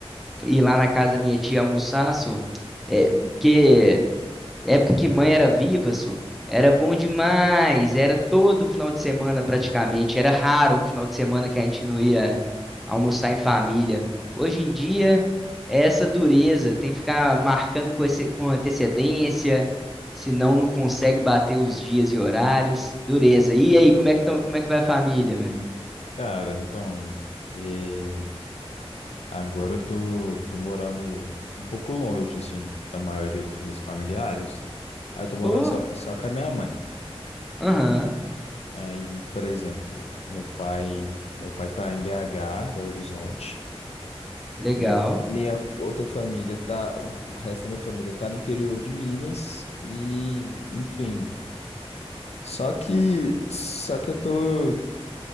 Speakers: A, in the centre; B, on the left.
A: ir lá na casa da minha tia almoçar, só. É, porque Época que mãe era viva, su, era bom demais. Era todo final de semana praticamente. Era raro um final de semana que a gente não ia almoçar em família. Hoje em dia é essa dureza, tem que ficar marcando com, esse- com antecedência, senão não consegue bater os dias e horários. Dureza. E aí, como é que tão, como é que vai a família, velho?
B: Cara, então, é, agora eu tô, tô morando um pouco longe, assim, da maioria dos meus familiares. Aí eu tô morando
A: Pô,
B: só, só com a minha mãe.
A: aham,
B: Aí, por exemplo, meu pai, meu pai tá em BH, Belo Horizonte.
A: legal.
B: Minha, minha outra família tá, o o resto da minha família tá no interior de Minas e, enfim. Só que, só que eu tô,